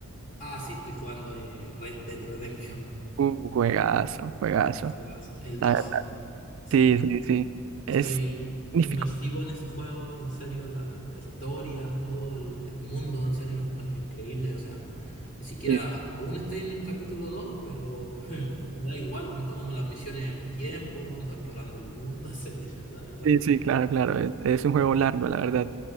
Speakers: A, on the left (about 35°); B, on the right (about 60°).
A: Ah, sí, estoy jugando eh, Red Dead Redemption,
B: Uh, juegazo, juegazo.
A: el juegazo, el
B: La
A: 2,
B: verdad,
A: sí.
B: sí, sí, sí. Es
A: Estoy
B: magnífico.
A: inmersivo en ese juego, en serio, la, la historia, todo el, el mundo, en serio, lo encuentro increíble. O sea, ni siquiera
B: Sí,
A: aún estoy en el capítulo dos pero <laughs> me da igual, me tomo las misiones a mi tiempo, ando explorando el mundo, <laughs> etcétera, la verdad.
B: sí, sí, claro, claro. Es, es un juego largo, la verdad.